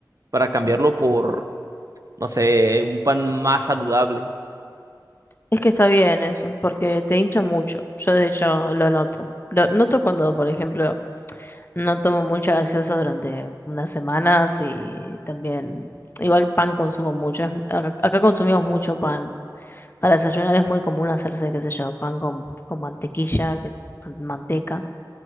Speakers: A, on the right (about 50°); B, on the left (about 30°).
A: para cambiarlo por, no sé, un pan más saludable.
B: Es que está bien eso, porque te hincha mucho. Yo de hecho lo noto. Lo noto cuando, por ejemplo, no tomo mucha gaseosa durante unas semanas y también, igual pan consumo mucho. es mu- acá, acá consumimos mucho pan. Para desayunar es muy común hacerse, qué sé yo, pan con, con mantequilla, que- man- manteca,